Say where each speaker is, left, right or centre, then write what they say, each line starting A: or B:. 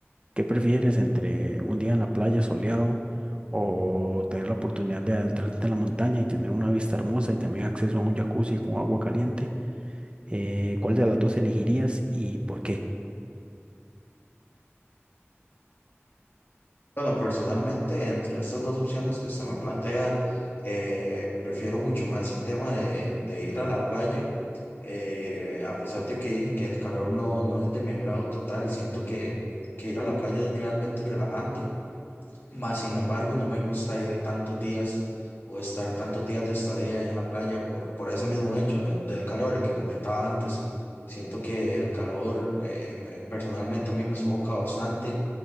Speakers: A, on the right; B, on the left.
A: ¿qué prefieres entre un día en la playa soleado o tener la oportunidad de adentrarte en la montaña y tener una vista hermosa y también acceso a un jacuzzi con agua caliente? Eh, ¿cuál de las dos elegirías y por qué?
B: Bueno, personalmente, entre estas dos opciones que usted me plantea, eh, prefiero mucho más el tema de, de ir a la playa eh, a pesar de que dije que el calor no, no es de mi agrado total, siento que, que ir a la playa es realmente relajante más sin embargo, no me gusta ir tantos días o estar tantos días de estadía ahí en la playa por, por ese mismo hecho, el del calor, el que comentaba antes. Siento que el calor eh, me- personalmente a mí me sofoca bastante